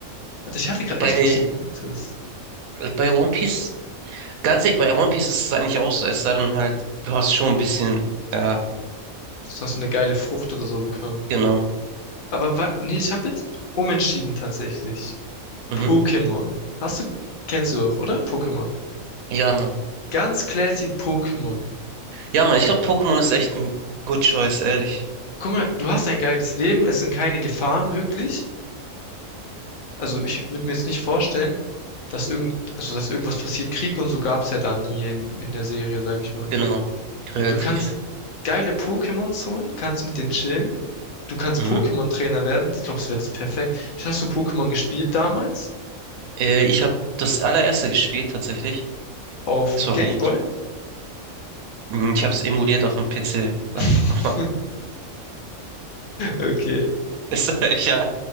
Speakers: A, on the left; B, on the right.
A: Also ich hatte gerade
B: Bei,
A: echt was Gutes.
B: bei One Piece, ganz ehrlich, bei One Piece ist es eigentlich auch so, es sei denn halt, du hast schon ein bisschen, ja,
A: Du hast eine geile Frucht oder so bekommen.
B: genau.
A: Aber wa- nee, ich habe jetzt umentschieden tatsächlich.
B: Mhm.
A: Pokémon. Hast du, kennst du auch, oder? Pokémon.
B: Ja, Mann.
A: Ganz classic Pokémon.
B: Ja, Mann, ich glaube, Pokémon ist echt ein Good Choice, ehrlich.
A: Guck mal, du hast ein geiles Leben, es sind keine Gefahren wirklich. Also ich würde mir jetzt nicht vorstellen. dass irgend, also dass irgendwas passiert. Krieg und so gab's ja da nie in, in der Serie, sag ich mal.
B: Genau, relativ.
A: Du kannst geile Pokémons holen, kannst mit denen chillen. Du kannst
B: Mhm.
A: Pokémon-Trainer werden. Ich glaube, das wäre das perfekt. Hast du Pokémon gespielt damals?
B: Äh, ich habe das allererste gespielt, tatsächlich.
A: Auf
B: Es
A: dem
B: war
A: Gameboy?
B: rot. Mhm, Ich habe es emuliert auf dem PC.
A: <laughs>
B: Aber
A: Okay.
B: es- <laughs> es- ja,